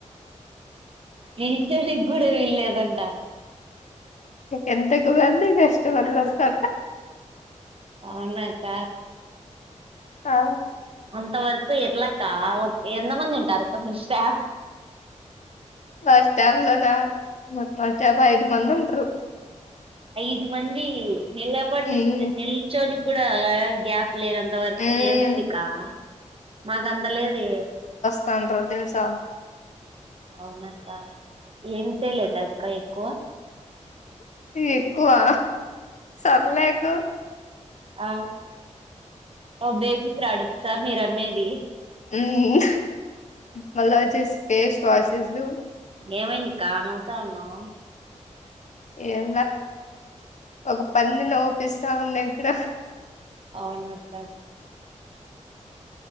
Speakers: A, on the right; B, on the left.
A: నిల్చోనికి కూడా వీల్లేదంట
B: ఎంతకు మంది కష్టమర్లు వస్తా
A: అవునక
B: ఆ
A: అంత వరకు ఎట్ల కా ఓక్ ఎంత మంది ఉంటారు అక్క మీ ష్టా
B: బస్ స్టాప్ లోనా బస్ స్టాప్ ఐదు మంది ఉంట్రు
A: ఐదు మంది నిలబడ్ది
B: ఉమ్
A: నిల్చోడి కూడా గ్యాప్ లేనంత వరకు
B: ఉమ్
A: ఏముందికా మాకంత లేదే
B: సన్రూఫ్ దెల్సా?
A: అవునత్త ఏం సేలైతే అక్క ఎక్కువ
B: ఎక్కువా సర్లేకు
A: ఆ ఓ బేబీ ప్రాడెక్ట్సా మీరు అమ్మేది
B: ఉమ్ మళ్ళా వచ్చేస్ ఫేస్ వాషెషూ
A: ఏమైందిక్కా నవ్వుతా ఉన్నావ్?
B: ఏంలే ఒక పంది నొవ్పిస్తా ఉంది ఇక్కడ
A: అవునక్క